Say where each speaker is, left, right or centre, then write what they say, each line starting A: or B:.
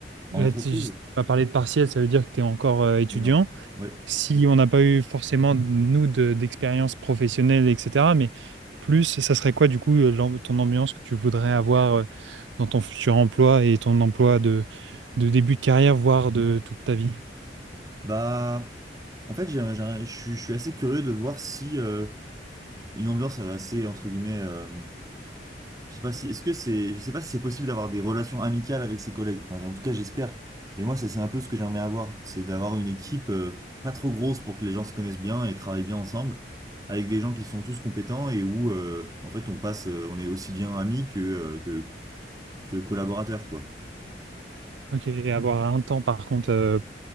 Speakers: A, on the right (about 80°); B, on the right (about 20°).
A: là,
B: en entreprise?
A: tu vas parler de partiel, ça veut dire que tu es encore euh, étudiant.
B: Mais non. Ouais.
A: Si on n'a pas eu forcément, nous, de- d'expérience professionnelle, etc., mais plus, ça serait quoi, du coup, euh, l'am- ton ambiance que tu voudrais avoir euh, dans ton futur emploi et ton emploi de, de début de carrière, voire de toute ta vie?
B: Bah, en fait, j'ai un- j'ai un- je suis je suis assez curieux de voir si euh, une ambiance assez, entre guillemets, euh, Je sais pas si, est-ce que c'est, je sais pas si c'est possible d'avoir des relations amicales avec ses collègues. Enfin, j'ai- en tout cas, j'espère. Et moi, c'est c'est un peu ce que j'aimerais avoir, c'est d'avoir une équipe euh, pas trop grosse pour que les gens se connaissent bien et travaillent bien ensemble, avec des gens qui sont tous compétents et où, euh, en fait, on passe, euh, on est aussi bien amis que, euh, que, que collaborateurs, quoi.
A: Ok. Et avoir un temps, par contre, euh,